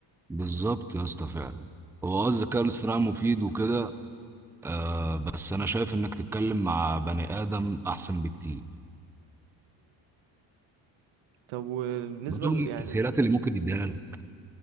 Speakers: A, in the centre; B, on the right (about 75°).
A: بالظبط يا اسطى فعلا هو اه الذكاء الاصطناعي مفيد وكده آه بس انا شايف انك تتكلم مع بني ادم احسن بكتير
B: طب وبالنسبة
A: برغم
B: ل-
A: التسهيلات
B: يعني
A: اللي ممكن يديها لك